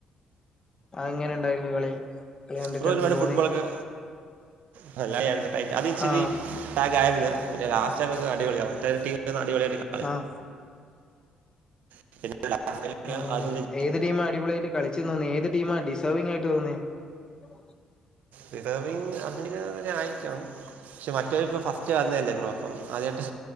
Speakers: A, on the left; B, on the right.
A: അഹ് എങ്ങനണ്ടായിരുന്നു കളി കളി കണ്ടിട്ട്
B: ബ്രോ ഒരുപാട്
A: എന്ത് തോന്നി?
B: ഫുട്ബോളൊക്കെ <unintelligible> ടൈറ്റാ അത്ച്ചിരി
A: ആ
B: ലാഗായിരുന്നു പിന്നെ ലാസ്റ്റങ്ങ് അടിപൊളിയ മറ്റേ എതിർ ടീമ്ന്ന് അടിപൊളിയായി കളിച്ചു
A: ആഹ്
B: <unintelligible>
A: ആഹാ
B: അതിന്
A: ഹാ ഏത് ടീമാ അടിപൊളിയായിട്ട് കളിച്ച് തോന്നിയെ ഏത് ടീമാ ഡിസർവിംങ്ങായിട്ട് തോന്നിയെ <inaudible>
B: ഡിസർവിംഗ് അർജൻ്റീന <unintelligible> തന്നെ ആയിരിക്കണം പക്ഷെ മറ്റൊവരിപ്പോ ഫസ്റ്റ് വന്നെല്ലേ ബ്രോ അപ്പം ആദ്യായിട്ട്